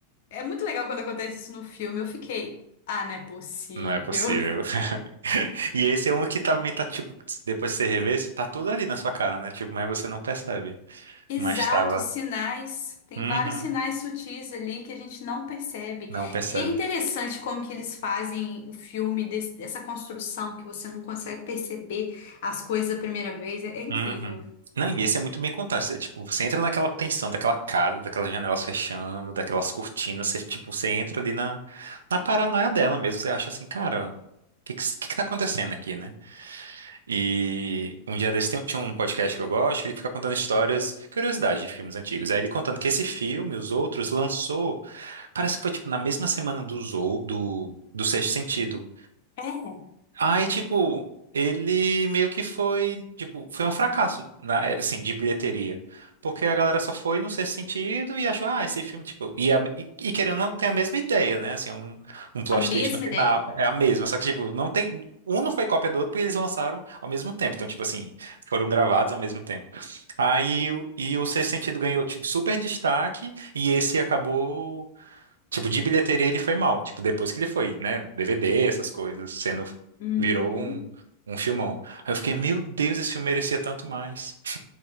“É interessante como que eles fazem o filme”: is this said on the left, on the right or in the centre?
Left